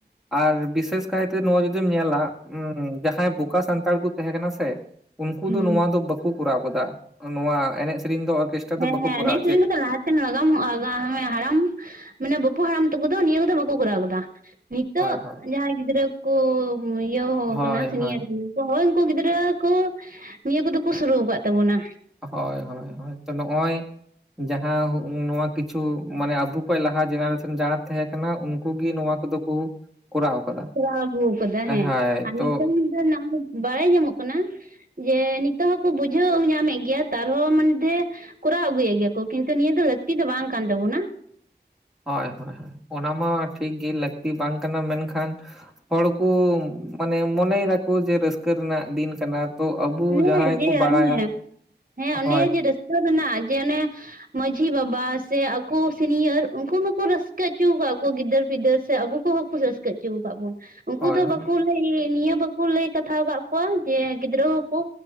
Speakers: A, in the centre; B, on the right.
A: ᱟᱨ ᱵᱤᱥᱮᱥ ᱠᱟᱭᱛᱮ ᱱᱚᱣᱟ ᱡᱩᱫᱤᱢ ᱧᱮᱞ ᱩᱸ ᱡᱟᱦᱟᱸᱭ ᱵᱚᱠᱟ ᱥᱟᱱᱛᱟᱲ ᱠᱚ ᱛᱟᱦᱮᱸ ᱠᱟᱱᱟ ᱥᱮ ᱩᱱᱠᱩ
B: ᱦᱮᱸ
A: ᱫᱚ ᱱᱚᱣᱟ
B: ᱦᱮᱸ
A: ᱫᱚ ᱵᱟᱠᱚ ᱠᱚᱨᱟᱣ ᱟᱠᱟᱫᱟ ᱱᱚᱣᱟ ᱮᱱᱮᱡ ᱥᱮᱨᱮᱧ ᱫᱚ ᱚᱨᱠᱮᱥᱴᱨᱟ ᱫᱚ
B: ᱦᱮᱸ
A: ᱵᱟᱠᱚ
B: ᱦᱮᱸ,
A: ᱠᱚᱨᱟᱣ
B: ᱮᱱᱮᱡ ᱥᱮᱨᱮᱧ ᱠᱚᱫᱚ ᱞᱟᱦᱟᱛᱮ ᱱᱟᱜᱟᱢ ᱟᱜᱟᱢ ᱦᱟᱲᱟᱢ ᱢᱟᱱᱮ ᱵᱟᱹᱯᱩ ᱦᱟᱲᱟᱢ ᱛᱟᱹᱠᱚ ᱫᱚ ᱱᱤᱭᱟᱹ ᱠᱚᱫᱚ ᱵᱟᱠᱚ ᱠᱚᱨᱟᱣ ᱠᱟᱫᱟ᱾
A: ᱦᱚᱪᱚᱭᱮᱫ
B: ᱛᱚᱜ
A: ᱦᱳᱭ ᱦᱳᱭ
B: ᱡᱟᱦᱟᱸᱭ ᱜᱤᱫᱽᱨᱟᱹ ᱠᱚ ᱤᱭᱟᱹᱣ
A: ᱦᱳᱭ
B: ᱟᱠᱟᱱᱟ ᱥᱤᱱᱤᱭᱟᱨ
A: ᱦᱳᱭ
B: ᱠᱟᱱᱟ ᱦᱳᱭ ᱩᱱᱠᱩ ᱜᱤᱫᱽᱨᱟᱹ ᱠᱚ ᱱᱤᱭᱟᱹ ᱠᱚᱫᱚ ᱠᱚ ᱥᱩᱨᱩ ᱟᱠᱟᱫ ᱛᱟᱵᱚᱱᱟ᱾
A: ᱦᱳᱭ ᱦᱳᱭ ᱦᱳᱭ, ᱛᱚ ᱱᱚᱜᱼᱚᱭ ᱡᱟᱦᱟᱸ ᱱᱚᱣᱟ ᱠᱤᱪᱷᱩ ᱢᱟᱱᱮ ᱟᱵᱚ ᱠᱷᱚᱱ ᱞᱟᱦᱟ ᱡᱮᱱᱟᱨᱮᱥᱚᱱ ᱡᱟᱦᱟᱸ ᱛᱟᱦᱮᱸ ᱠᱟᱱᱟ, ᱩᱱᱠᱩ ᱜᱮ ᱱᱚᱣᱟ ᱠᱚᱫᱚ ᱠᱚ ᱠᱚᱨᱟᱣ ᱠᱟᱫᱟ
B: ᱠᱚᱨᱟᱣ ᱟᱹᱜᱩᱣᱟᱠᱟᱫᱟ ᱦᱮᱸ
A: ᱦᱳᱭ
B: ᱟᱨ
A: ᱛᱚ
B: ᱱᱤᱛᱳᱝ ᱫᱚ ᱱᱚᱜᱼᱚᱭ ᱵᱟᱲᱟᱭ ᱧᱟᱢᱚᱜ ᱠᱟᱱᱟ ᱡᱮ ᱱᱤᱛᱚᱜ ᱦᱚᱸᱠᱚ ᱵᱩᱡᱷᱟᱹᱣ ᱧᱟᱢᱮᱜ ᱜᱮᱭᱟ ᱛᱟᱨᱦᱚᱸ ᱢᱟᱱᱫᱷᱮ ᱠᱚᱨᱟᱣ ᱟᱹᱜᱩᱭᱮᱫ ᱜᱮᱭᱟ ᱠᱚ ᱠᱤᱱᱛᱩ ᱱᱤᱭᱟᱹ ᱫᱚ ᱞᱟᱹᱠᱛᱤ ᱫᱚ ᱵᱟᱝ ᱠᱟᱱ ᱛᱟᱵᱚᱱᱟ᱾
A: ᱦᱳᱭ ᱦᱳᱭ ᱦᱳᱭ, ᱚᱱᱟ ᱢᱟ ᱴᱷᱤᱠ ᱜᱮ ᱞᱟᱹᱠᱛᱤ ᱵᱟᱝ ᱠᱟᱱᱟ ᱢᱮᱱᱠᱷᱟᱱ ᱦᱚᱲᱠᱩ ᱢᱟᱱᱮ ᱢᱚᱱᱮᱭ ᱫᱟᱠᱚ ᱡᱮ ᱨᱟᱹᱥᱠᱟᱹ ᱨᱮᱱᱟᱜ ᱫᱤᱱ ᱠᱟᱱᱟ ᱛᱚ ᱟᱵᱚ
B: ᱚᱱᱮ
A: ᱡᱟᱦᱟᱸᱭ
B: ᱡᱮ
A: ᱠᱚ
B: ᱚᱱᱮ
A: ᱵᱟᱲᱟᱭᱟ
B: ᱦᱮᱸ ᱚᱱᱮ
A: ᱦᱳᱭ
B: ᱡᱮ ᱨᱟᱹᱥᱠᱟᱹ ᱢᱮᱱᱟᱜ ᱡᱮ ᱚᱱᱮ ᱢᱟᱺᱡᱷᱤ ᱵᱟᱵᱟ ᱥᱮ ᱟᱠᱚ ᱥᱤᱱᱤᱭᱟᱨ ᱩᱱᱠᱩ ᱢᱟᱠᱩ ᱨᱟᱹᱥᱠᱟᱹ ᱚᱪᱚ ᱟᱠᱟᱜ ᱠᱚ ᱜᱤᱫᱟᱹᱨ ᱯᱤᱫᱟᱹᱨ ᱥᱮ ᱟᱵᱚᱼᱼ ᱩᱱᱠᱩ ᱦᱚᱸᱠᱩ ᱨᱟᱹᱥᱠᱟᱹ ᱚᱪᱚ ᱟᱠᱟᱫ ᱵᱚᱱ᱾ ᱩᱱᱠᱩ
A: ᱦᱳᱭ
B: ᱫᱚ ᱵᱟᱠᱚ
A: ᱦᱳᱭ
B: ᱞᱟᱹᱭ ᱱᱤᱭᱟᱹ ᱵᱟᱠᱚ ᱞᱟᱹᱭ ᱠᱟᱛᱷᱟ ᱟᱠᱟᱫ ᱠᱚᱣᱟ ᱡᱮ ᱜᱤᱫᱽᱨᱟᱹ ᱦᱚᱸᱠᱚ